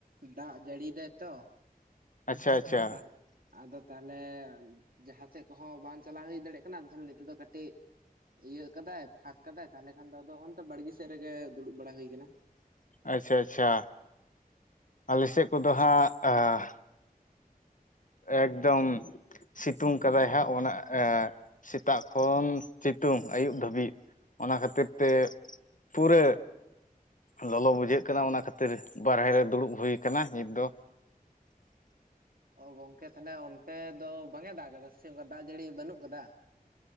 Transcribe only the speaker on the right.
ᱫᱟᱜ ᱡᱟᱹᱲᱤᱭ ᱫᱟᱭ ᱛᱚ᱾
ᱟᱫᱚ ᱛᱟᱞ ᱟᱫᱚ ᱛᱟᱦᱞᱮ ᱡᱟᱦᱟᱸ ᱥᱮᱫ ᱠᱚᱦᱚᱸ ᱵᱟᱝ ᱪᱟᱞᱟᱣ ᱦᱩᱭ ᱫᱟᱲᱮᱭᱮᱜ ᱠᱟᱱᱟ, ᱛᱟᱦᱚᱞᱮ ᱱᱤᱛᱚᱜ ᱫᱚ ᱠᱟᱹᱴᱤᱡ ᱤᱭᱟᱹᱜ ᱠᱟᱫᱟᱭ ᱯᱷᱟᱸᱠ ᱠᱟᱫᱟᱭ ᱛᱟᱦᱚᱞᱮ ᱠᱷᱟᱱ ᱫᱚ ᱟᱫᱚ ᱚᱱᱛᱮ ᱵᱟᱲᱜᱮ ᱥᱮᱫ ᱨᱮᱜᱮ ᱫᱩᱲᱩᱵ ᱵᱟᱲᱟ ᱦᱩᱭ ᱟᱠᱟᱱᱟ᱾
ᱚ ᱜᱚᱝᱠᱮ ᱛᱟᱦᱞᱮ ᱚᱱᱛᱮ ᱫᱚ ᱵᱟᱝ ᱮ ᱫᱟᱜ ᱟᱠᱟᱫᱟ ᱥᱮ ᱚᱱᱠᱟ ᱫᱟᱜ ᱡᱟᱹᱲᱤ ᱵᱟᱹᱱᱩᱜ ᱟᱠᱟᱫᱟ᱾